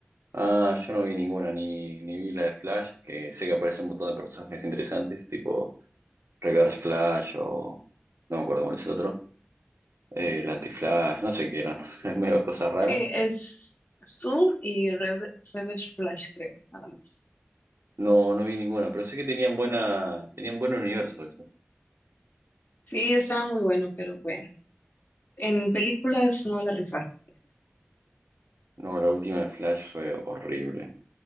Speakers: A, on the right; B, on the left.
A: Ah, yo no vi ninguna, ni, ni vi la de Flash, que sé que aparece un montón de personajes interesantes, tipo Reverse Flash o no me acuerdo cuál es el otro, eh, el Anti-Flash, no sé qué eran, <laughs> es medio cosas raras.
B: Sí, es Zoom y Rever- Reverse Flash, creo, nada más.
A: No, no vi ninguna, pero sé que tenían buena, tenían buen universo eso.
B: Sí, estaba muy bueno, pero bueno. En películas no la rifaron.
A: No, la última de Flash fue horrible,